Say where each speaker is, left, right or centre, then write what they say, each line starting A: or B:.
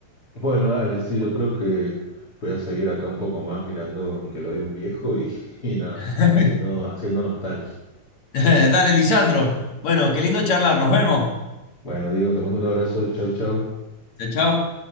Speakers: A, on the left (about 35°); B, on the left (about 70°).
A: Bueno, dale, sí, yo creo que voy a seguir acá un poco más mirando Nickelodeon viejo y, <laughs> y nada,
B: <laughs>
A: haciendo, haciendo nostalgia.
B: Dale, Lisandro. Bueno, qué lindo charlar, nos vemos.
A: Bueno, Diego, te mando un abrazo, chau, chau.
B: Chao, chao.